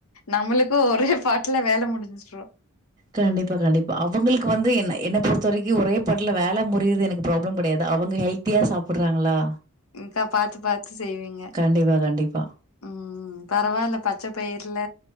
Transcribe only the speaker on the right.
கண்டிப்பா கண்டிப்பா அவுங்களுக்கு வந்து என்ன என்ன பொறுத்த வரைக்கு ஒரே பாட்ல வேல முடிது எனக்கு ப்ராப்ளம் கெடையாது அவங்க ஹெல்த்தியா சாப்பிட்றாங்களா
கண்டிப்பா, கண்டிப்பா.